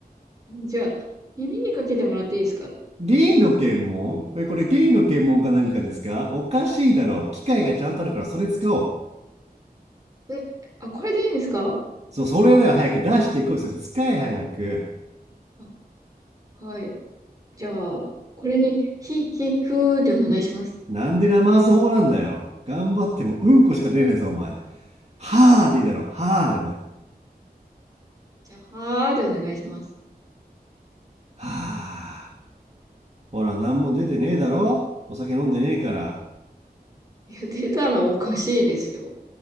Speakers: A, on the right; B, on the right.
A: じゃあ、耳にかけてもらっていいですか
B: ゲイの検問え、これゲイの検問か何かですかおかしいだろ。機械がちゃんとあるからそれ使おう。
A: え、あ、これでいいんですか
B: そう、それでは早く出してこい。それ使え早く。
A: あ、はい。じゃあ、これに、ひ、ひ、ふーでお願いします。
B: なんでラマーズ法なんだよ。頑張ってもうんこしか出ねえぞ、お前。はぁでいいだろ。はぁで、お前。
A: じゃあ、はーでお願いします。
B: はぁ。ほら、なんも出てねえだろお酒飲んでねえから。
A: いや、出たらおかしいですよ。